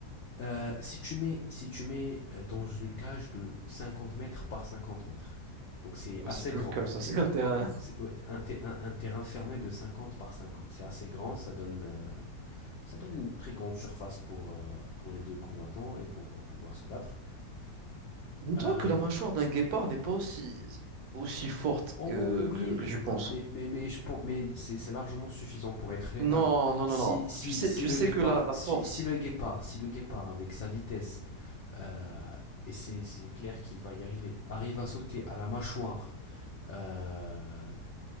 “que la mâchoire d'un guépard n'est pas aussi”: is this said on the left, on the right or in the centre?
Right